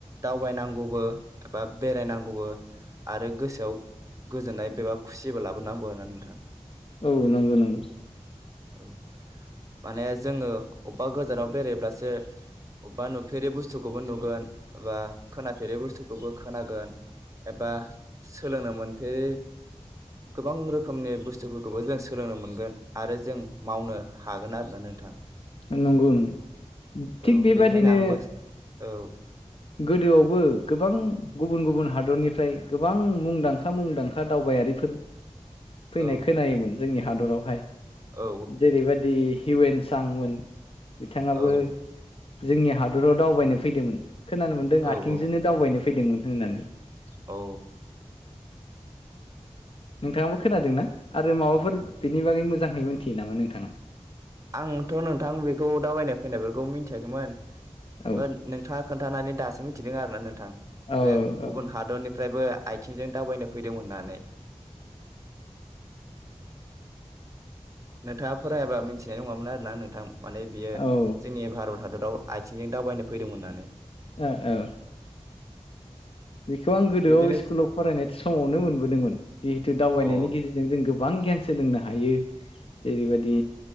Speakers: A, on the right; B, on the left.
A: दावबायनांगौबो एबा बेरायनांगौबो आरो गोसोआव गोजोननाय बेबा खुसिबो लाबोनांगौ आरोना नोंथां।
B: औ नंगौ नंगौ।
A: औ माने जोंङो अबेबा गोजानाव बेरायब्लासो अबेबा नुफेरै बुस्थुखौबो नुगोन बा खोनाफेरै बुस्थुखौबो खोनागोन। एबा सोलोंनो मोनपेरि गोबां रोखोमनि बुस्थुफोरखौबो जों सोलोंनो मोनगोन आरो जों मावनो हागोन आरोना नों नोंथां।
B: नंगौ नंगौ थिग
A: औ
B: बेबादिनो
A: बेखायनो आंबो औ।
B: गोदोआवबो गोबां गुबुन गुबुन हादरनिफ्राय गोबां मुंदांखा मुंदांखा दावबाय बाइआरिफोर फैनाय
A: औ
B: खोनायोमोन जोंनि हादरावहाय
A: औ
B: जेरैबायदि हिउवन सांमोन बिथाङाबो
A: औ
B: जोंनि हादराव दावबायनो फैदोंमोन। खोनानो मोन्दों
A: औ
B: आथिंजोंनो
A: औ
B: दावबायनो फैदोंमोन होननानै।
A: औ।
B: नोंथाङाबो खोनादोंना आरो माबाफोर बिनि बागै मोजांहै मोनथियो नामा नोंथाङा?
A: आंथ' नोंथां बेखौ दावबायनाय फैनायफोरखौ मिथियाखैमोन
B: औ
A: बा नोंथाङा खोन्थानानै दासो मिथिदों आरोना नोंथां
B: औ
A: बे
B: औ
A: गुबुन हादरनिफ्रायबो आथिंजों दावबायनो फैदों होननानै। नोंथाङा फरायाबा मिथिनाय नङामोन आरोना नोंथां माने बियो
B: ओ
A: जोंनि भारत हादराव आइथिंजों दावबायनो फैदोंमोन होननानै।
B: ओ औ। बेखौ आं गोदोआव
A: बिब्दिनो
B: स्कुलाव फरायनाय समावनो मोनबोदोंमोन जिहेतु दावबायनायनि
A: अ औ
B: गेजेरजों जों गो बां गियान सोलोंनो हायो जेरैबायदि